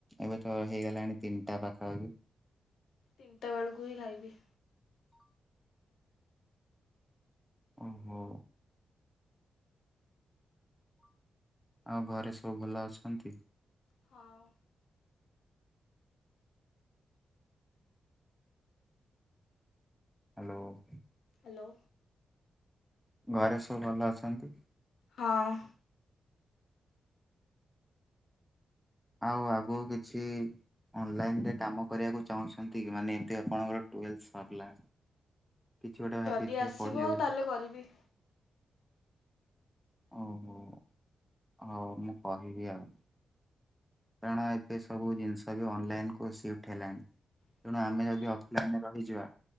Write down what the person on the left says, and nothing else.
ତିନିଟା ବେଳକୁ ହିଁ ଖାଇବି।
ହଁ।
ହ୍ୟାଲୋ।
ହଁ।
ଯଦି ଆସିବ
ତାହେଲେ କରିବି।
ହୁଁ